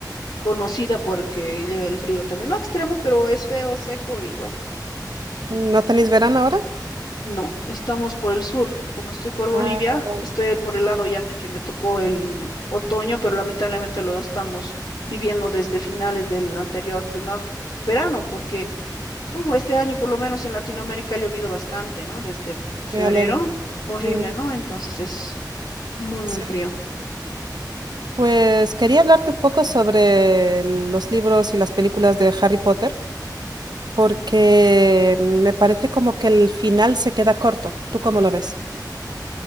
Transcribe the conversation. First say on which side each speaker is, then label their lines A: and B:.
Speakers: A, on the left; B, on the right.
A: conocida porque llega el frío también. No extremo, pero es feo, seco y bueno,
B: ¿No tenéis verano ahora?
A: no, estamos por el sur. Como estoy por Bolivia,
B: Ah,
A: estoy por el lado ya de que me tocó el otoño, pero lamentablemente lo estamos viviendo desde finales del anterior primavera, verano, porque Uh, este año, por lo menos en Latinoamérica, ha llovido bastante, ¿no? Desde febrero,
B: me alegro.
A: horrible,
B: Mm,
A: ¿no? Entonces es muy, muy
B: sí.
A: frío.
B: Pues quería hablarte un poco sobre los libros y las películas de Harry Potter, porque me parece como que el final se queda corto. ¿Tú cómo lo ves?